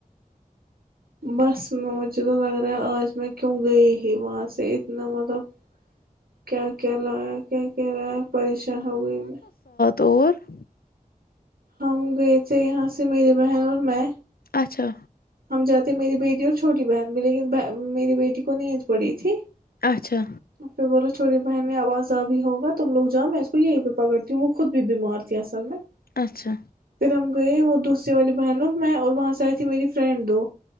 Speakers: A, on the right; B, on the left.
A: بس مجھے تو لگ رہا ہے آج میں کیوں گئی ہی وہاں سے اتنا مطلب کیا کیا لائق کیا کہہ رہا ہے پریشان ہو گئی میں
B: طور <inaudible>
A: ہم گئے تھے یہاں سے میری بہن اور میں
B: اچھا
A: ہم جاتے میری بیٹی اور چھوٹی بہن بھی لیکن میری بیٹی کو نیند پڑی تھی
B: اچھا
A: پھر بولا چھوٹی بہنیں آواز آ بھی ہوا تم لوگ جا میں اس کو یہی پہ پکڑتی ہوں وہ خود بیمار تھی اصل میں
B: اچھا
A: پھر ہم گئے وہ دوسر والی بہن اور میں اور وہاں سے آئی تھی میری فرینڈ دو